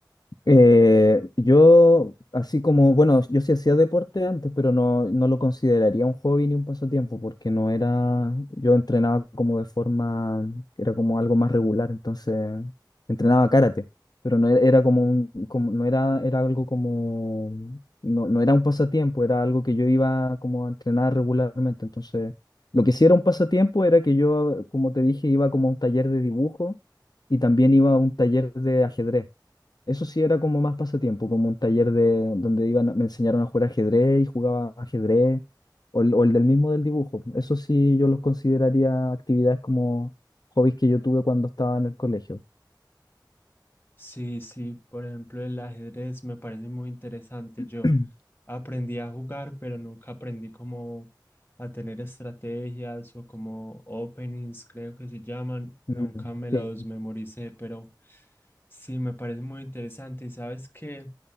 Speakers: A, on the left; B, on the left.
A: Eh, yo, así como, bueno, yo sí hacía deporte antes, pero no, no lo consideraría un hobby ni un pasatiempo, porque no era, yo entrenaba como de forma, era como algo más regular, entonces entrenaba karate, pero no era, era como un, como, no era, era algo como, no, no era un pasatiempo, era algo que yo iba como a entrenar regularmente, entonces lo que sí era un pasatiempo era que yo, como te dije, iba como a un taller de dibujo y también iba a un taller de ajedrez. Eso sí era como más pasatiempo, como un taller de donde iban, a- me enseñaron a jugar ajedrez y jugaba ajedrez, o el, o el del mismo del dibujo. Eso sí yo los consideraría actividades como hobbies que yo tuve cuando estaba en el colegio.
B: Sí, sí, por ejemplo, el ajedrez me parece muy interesante. Yo
A: <clears throat>
B: aprendí a jugar, pero nunca aprendí cómo a tener estrategias o como openings, creo que se llaman. Nunca
A: Mm,
B: me
A: sí.
B: los memoricé, pero sí, me parece muy interesante. Y sabes que